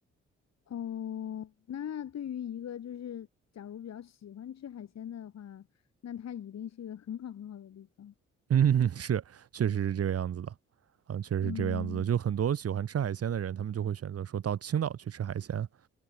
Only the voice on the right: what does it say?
嗯，<laughs> 是，确实是这个样子的，嗯，确实是这个样子的。
就很多喜欢吃海鲜的人，他们就会选择说到青岛去吃海鲜，